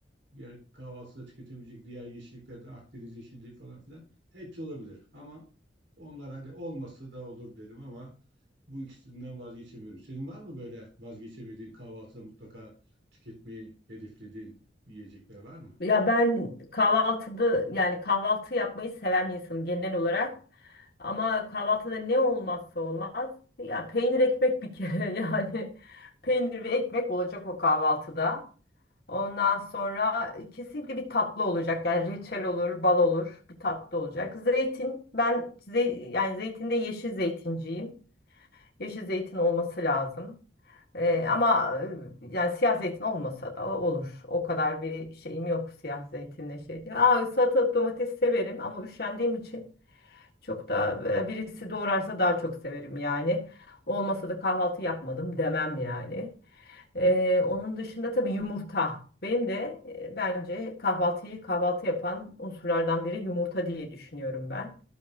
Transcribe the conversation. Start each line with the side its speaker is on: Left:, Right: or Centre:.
Right: yani kahvaltıda tüketebilecek diğer yeşilliklerden Akdeniz yeşilliği falan filan hepsi olabilir. Ama onlar hadi olmasa da olur derim ama bu ikisinden vazgeçemiyorum. Senin var mı böyle vazgeçemediğin kahvaltıda mutlaka tüketmeyi hedeflediğin yiyecekler var mı?
Left: Ya ben kahvaltıda yani kahvaltı yapmayı seven bir insanım genel olarak. Ama kahvaltıda ne olmazsa olmaz. Ya peynir ekmek bir kere <laughs> yani peynir ve ekmek olacak o kahvaltıda. Ondan sonra kesinlikle bir tatlı olacak. Yani reçel olur, bal olur, bir tatlı olacak. Zeytin ben ze yani zeytinde yeşil zeytinciyim. Yeşil zeytin olması lazım. Ee, ama e, yani siyah zeytin olmasa da olur. O kadar bir şeyim yok siyah zeytinle şey. diye. Aa, salatalık domates severim ama üşendiğim için çok da e, birisi doğrarsa daha çok severim yani. Olmasa da kahvaltı yapmadım demem yani. E, onun dışında tabii yumurta. Benim de e, bence kahvaltıyı kahvaltı yapan unsurlardan biri yumurta diye düşünüyorum ben.